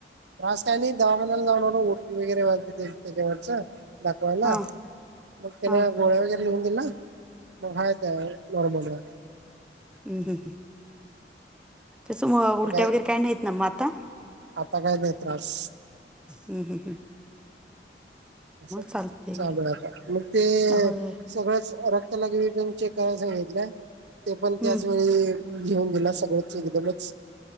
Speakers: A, on the right; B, in the centre.
A: राास काने दवाखान्याला जाऊणार ओटी वगैरे वाजते त्याच्यावरचं दाखवायला
B: हां
A: मग त्याने
B: हां
A: गोळ्या वगैरे लिहून दिला मग हायेत नॉर्मल आहे
B: ह ह त्याच उलट्या
A: आता काय
B: वगैरे काही नाहीत ना मग आता
A: आता काय नाही त्रास
B: हम् हम् हम्
A: असं
B: चालतंय
A: चागलंता
B: की
A: मग ते
B: होय
A: सगळंच रक्त लागवी पण चेक करायला सांगितलं ते पण
B: हं
A: त्याचवेेळी घेऊन गेला सगळंच एकदमच